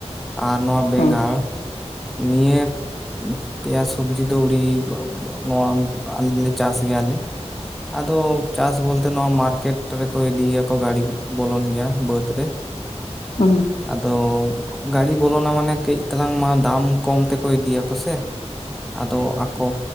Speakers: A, in the centre; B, on the left.
A: ᱟᱨ ᱱᱚᱣᱟ ᱵᱮᱸᱜᱟᱲ
B: ᱦᱮᱸ
A: ᱱᱤᱭᱟᱹ <inaudible> ᱯᱮᱸᱭᱟ ᱥᱚᱵᱽᱡᱤ ᱫᱚ ᱩᱨᱤ <unintelligible> ᱱᱚᱣᱟᱱ ᱟᱞᱮᱜᱮᱞᱮ ᱪᱟᱥ ᱜᱮᱭᱟᱞᱮ ᱾ ᱟᱫᱚ ᱪᱟᱥ ᱵᱚᱞᱛᱮ ᱱᱚᱣᱟ ᱢᱟᱨᱠᱮᱴ ᱨᱮᱠᱚ ᱤᱫᱤᱭ ᱜᱮᱭᱟ ᱠᱚ ᱜᱟᱹᱲᱤ ᱵᱚᱞᱚᱱ ᱜᱮᱭᱟ ᱵᱟᱹᱫᱽ ᱨᱮ ᱾
B: ᱩᱸ ᱦᱩᱸ
A: ᱟᱫᱚ ᱜᱟᱹᱲᱤ ᱵᱚᱞᱚᱱᱟ ᱢᱟᱱᱮ ᱠᱟᱹᱡ ᱛᱟᱞᱟᱝ ᱢᱟ ᱫᱟᱢ ᱠᱚᱢ ᱛᱮᱠᱚ ᱤᱫᱤᱭᱟᱠᱚ ᱥᱮ ᱾ ᱟᱫᱚ ᱟᱠᱚ